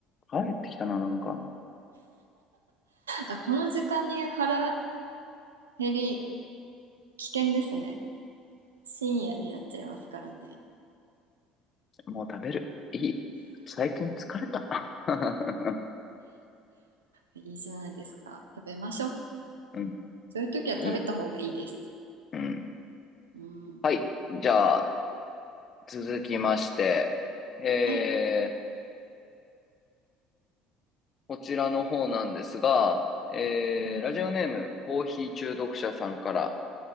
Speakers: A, on the left (about 40°); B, on the right (about 85°).
A: 腹減ってきたな、なんか。
B: あ、この時間に腹減り危険ですね。深夜になっちゃいますからね。
A: もう食べる。いい。最近疲れた。<laughs>
B: いいじゃないですか。食べましょう。
A: うん、
B: そういう時は食べた方がいいです。
A: いい。うん。
B: うん。
A: はい。じゃあ、続きまして、えー、
B: はい。
A: こちらの方なんですが、えー、
B: うん。
A: ラジオネーム、コーヒー中毒者さんから、